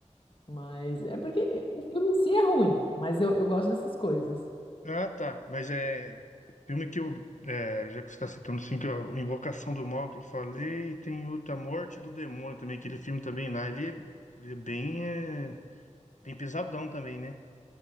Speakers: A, on the left; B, on the left.
A: Mas é porque eh, o filme em si é ruim, mas eu, eu gosto dessas coisas.
B: Ah, tá. Mas é filme que eu. é, já que você está citando assim, que eu- Invocação do Mal que eu falei, e tem outra Morte do Demônio também, aquele filme também lá. Ele é, ele é bem, é, bem pesadão também, né?